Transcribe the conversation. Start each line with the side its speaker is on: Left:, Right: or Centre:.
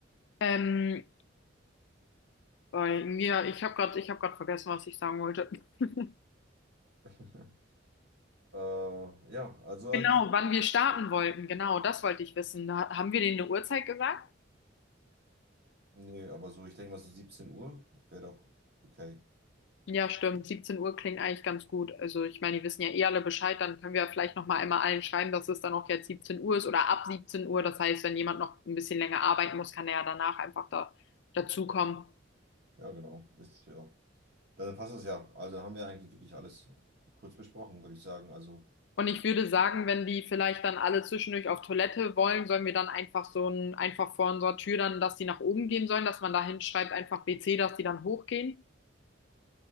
Left: Ähm, oh, ja, ich habe gerade, ich habe gerade vergessen, was ich sagen wollte. <laughs>
Right: <laughs> Äh, ja, also,
Left: Genau,
Right: ich,
Left: wann wir starten wollten, genau, das wollte ich wissen. Da, haben wir denen eine Uhrzeit gesagt?
Right: nee, aber so, ich denke mal so 17 Uhr wäre doch okay.
Left: Ja, stimmt. 17 Uhr klingt eigentlich ganz gut. Also ich meine, die wissen ja eh alle Bescheid, dann können wir vielleicht noch mal einmal allen schreiben, dass es dann auch jetzt 17 Uhr ist oder ab 17 Uhr. Das heißt, wenn jemand noch ein bisschen länger arbeiten muss, kann er ja danach einfach da dazukommen.
Right: Ja, genau. Ist, ja. Dann passt es ja. Also haben wir eigentlich wirklich alles kurz besprochen, würde ich sagen. Also,
Left: Und ich würde sagen, wenn die vielleicht dann alle zwischendurch auf Toilette wollen, sollen wir dann einfach so ein, einfach vor unserer Tür dann, dass die nach oben gehen sollen, dass man da hinschreibt, einfach WC, dass die dann hochgehen.